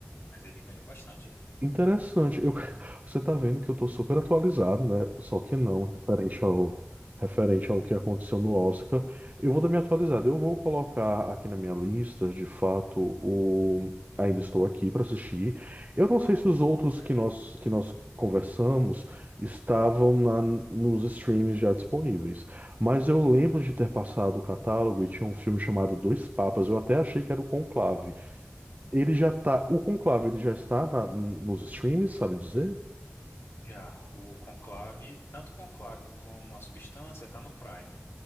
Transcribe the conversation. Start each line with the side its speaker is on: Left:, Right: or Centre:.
Left: mas ele ganhou bastante.
Right: Interessante. Eu, <laughs> você tá vendo que eu tô super atualizado, né? Só que não, referente ao, referente ao que aconteceu no Oscar. Eu vou dar minha atualizada. Eu vou colocar aqui na minha lista, de fato, o Ainda Estou Aqui para assistir. Eu não
Left: Pronto,
Right: sei se os outros
Left: fecha.
Right: que nós, que nós conversamos estavam na, nos streams já disponíveis. Mas eu lembro de ter passado o catálogo e tinha um filme chamado Dois Papas. Eu até achei que era o Conclave. Ele já tá. O Conclave, ele já está na- nos streams, sabe dizer?
Left: Já, o Conclave, tanto o Conclave como a Substância tá no Prime.